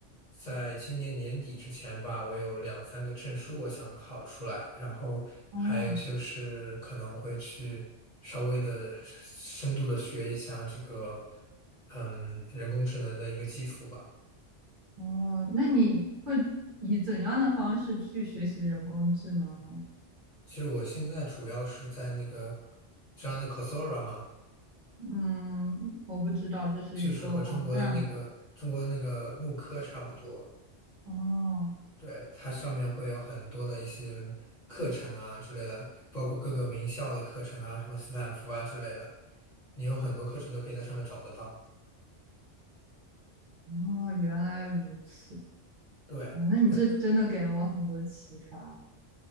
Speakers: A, on the left; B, on the right.
A: 在今年年底之前吧，我有两三个证书我想考出来，然后还有就是可能会去稍微的深度的学一下这个，
B: 哦
A: 嗯，人工智能的一个基础吧。
B: 哦，那你会以怎样的方式去学习人工智能呢？
A: 其实我现在主要是在那个，知道那 Coursera 吗？
B: 嗯，我不知道这是一个网站吗？
A: 就是和中国的那个中国的那个慕课差不多。
B: 哦
A: 对，它上面会有很多的一些课程啊之类的，包括各个名校的课程啊，什么斯坦福啊之类的，你有很多课程都可以在上面找得到。
B: 哦，原来如此。
A: 对，
B: 哦，那你这真的给了我很多启发。
A: 然